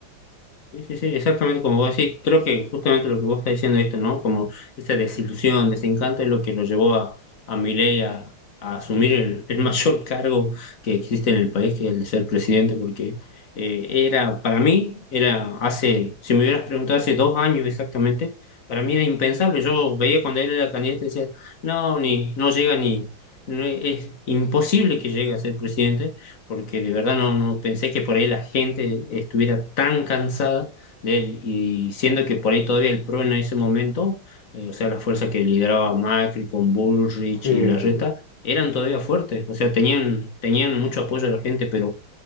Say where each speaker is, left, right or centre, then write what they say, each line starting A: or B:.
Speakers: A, on the left; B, on the left.
A: Sí, sí, sí, exactamente como vos decís. Creo que justamente lo que vos estás diciendo esto, ¿no? Como esta desilusión, desencanto es lo que lo llevó a, a Milei a, a asumir el, el mayor <laughs> cargo que existe en el país, que es el de ser presidente, porque eh, era, para mí, era hace, si me hubieras preguntado hace dos años exactamente, para mí era impensable. Yo veía cuando él era candidato y decía, no, ni, no llega ni, no, es imposible que llegue a ser presidente porque de verdad no, no pensé que por ahí la gente estuviera tan cansada de él, y siendo que por ahí todavía el PRO en ese momento, eh, o sea, las fuerzas que lideraba Macri con Bullrich
B: Sí,
A: y Larreta,
B: sí, sí,
A: eran todavía fuertes, o sea, tenían, tenían mucho apoyo de la gente, pero